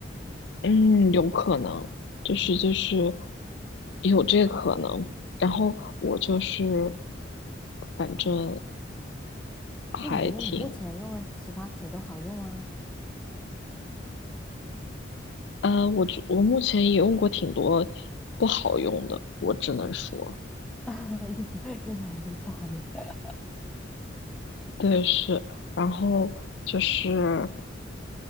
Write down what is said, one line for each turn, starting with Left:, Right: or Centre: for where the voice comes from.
Left: 嗯嗯，有可能就是就是有这个可能。然后我就是，反正还挺，
Centre: 那你觉得你目前用的洗发水都好用啊？
Left: 呃，我觉我目前也用过挺多不好用的，我只能说，
Centre: <laughs> 用过用过很多不好用的。
Left: 对，是，然后就是